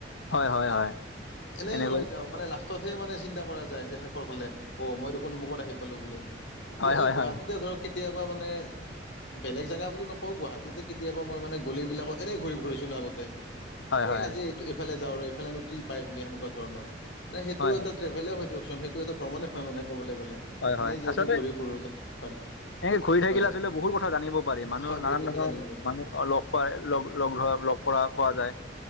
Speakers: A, on the left; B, on the left.
A: হয় হয় হয়।
B: এনেই
A: এনেকৈ
B: ওলাই যাওঁ মান লাষ্ট তহে মানে চিন্তা কৰা যায় যে শেষৰ ফালে অ মই দেখোন অমুকত আহি পালো বুলি।
A: হয়,
B: গুৱাহাটীতে
A: হয়, হয়,
B: ধৰক কেতিয়াবা মানে বেলেগ জাগা বুলি নকওঁ গুৱাহাটীতে কেতিয়াবা মই মানে গলি বিলাকত এনেই ঘূৰি ফুৰিছিলো আগতে।
A: হয়, হয়,
B: এ
A: হয়,
B: আজি এইটো এইফালে যাওঁ আৰু এইফালেনো কি পায় বুলি সেনেকোৱা ধৰণৰ। মানে সেইটো
A: হয়,
B: এটা ট্ৰেভেলে হয় দিয়কচোন, সেইটো এটা ভ্ৰমণে হয় মানে ক'বলৈ গ'লে।
A: হয়, হয়,
B: এনেই যিহেতু
A: আচলতে
B: ঘূৰি ফুুৰো হয়।
A: এনেকে ঘূৰি থাকিলে
B: হয়
A: আচলতে বহুত কথা জানিব পাৰি মানুহ
B: হয় বহুত
A: নানান
B: কথা
A: ধৰণৰ
B: জানিব পাৰি
A: মানুহ অ লগ পায় লগ লগ ধৰা লগ কৰা পোৱা যায়,